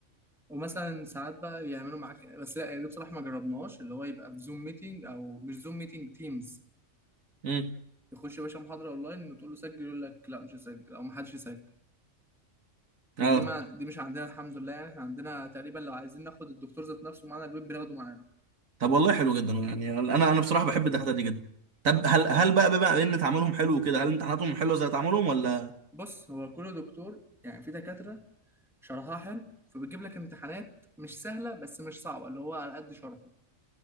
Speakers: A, in the centre; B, on the right.
A: ومثلا ساعات بقى يعملوا معاك بس لا ده بصراحه ما جربناش اللي هو يبقى في زوم ميتنج او مش زوم ميتنج تيمز
B: امم
A: يخش يا باشا محاضره اونلاين وتقول له سجل يقول لك لا مش هسجل او ما حدش يسجل
B: اه
A: هي دي ما دي مش عندنا الحمد لله يعني احنا عندنا تقريبا لو عايزين ناخد الدكتور ذات نفسه معانا البيت بناخده معانا
B: طب والله حلو جدا يعني انا انا بصراحه بحب الدكاتره دي جدا طب هل هل بقى بما ان تعاملهم حلو كده هل امتحاناتهم حلوه زي تعاملهم ولا
A: بص هو كل دكتور يعني في دكاتره شرحها حلو فبتجيب لك امتحانات مش سهلة بس مش صعبة اللي هو على قد شرحه